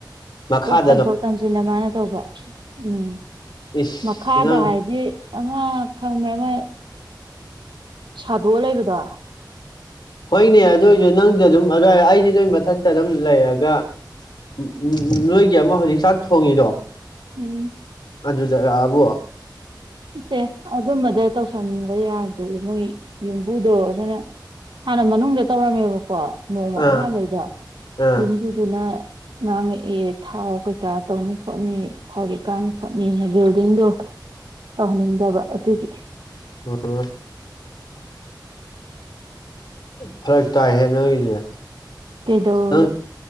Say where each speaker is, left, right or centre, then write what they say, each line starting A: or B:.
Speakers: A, on the left; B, on the right.
A: ꯃꯈꯥꯗꯗꯣ
B: ꯄꯣꯠ ꯇꯝꯊꯣꯛ ꯇꯝꯁꯤꯟꯅ ꯃꯥꯅ ꯇꯧꯕ ꯎꯝ
A: ꯏꯁ
B: ꯃꯈꯥꯗ
A: ꯅꯪ
B: ꯍꯥꯏꯗꯤ ꯑꯃ ꯈꯪꯕ ꯑꯃ ꯁꯥꯗꯣꯛꯑ ꯂꯩꯕꯗꯣ
A: ꯍꯣꯏꯅꯦ ꯑꯗꯨꯏꯁꯨ ꯅꯪꯁꯨ ꯑꯗꯨꯝ ꯑꯗꯨꯋꯥꯏ ꯑꯩꯁꯨ ꯅꯣꯏ ꯃꯊꯛꯇ ꯑꯗꯨꯝ ꯂꯩꯔꯒ ꯎꯝ ꯎꯝ ꯅꯣꯏꯒꯤ ꯑꯃ ꯍꯧꯖꯤꯛ ꯆꯥꯛ ꯊꯣꯡꯉꯤꯗꯣ
B: ꯎꯝ
A: ꯑꯗꯨ ꯖꯔꯕꯨ
B: ꯇꯦ ꯑꯗꯨꯃꯗ ꯇꯧꯁꯤ ꯊꯝꯕ ꯌꯥꯗꯦ ꯃꯣꯏ ꯌꯨꯝꯕꯨꯗꯣ ꯑꯗꯨꯅ ꯍꯥꯟꯅ ꯃꯅꯨꯡꯗ ꯇꯧꯔꯝꯃꯦꯕ ꯄꯥ <unintelligible> ꯅꯣꯡꯃ
A: ꯑꯥ ꯑꯥ
B: ꯑꯍꯥꯟꯕꯩꯗ
A: ꯑꯥ
B: ꯌꯨꯝꯕꯨꯗꯨꯅ ꯉꯥꯡꯉꯛꯏ ꯊꯥꯎ ꯀꯩꯀꯥ ꯇꯧꯅꯤ ꯈꯣꯠꯅꯤ ꯊꯥꯎꯔꯦꯛ ꯀꯥꯅꯤ ꯈꯣꯠꯅꯤꯅ ꯕꯤꯜꯗꯤꯡꯗꯣ ꯇꯧꯍꯟꯅꯤꯡꯗꯕ ꯑꯗꯨꯒꯤ
A: ꯑꯣ ꯐꯔꯛ ꯇꯥꯏꯍꯦ ꯅꯣꯏꯗꯨꯗꯤ
B: ꯀꯩꯗꯧ
A: ꯑ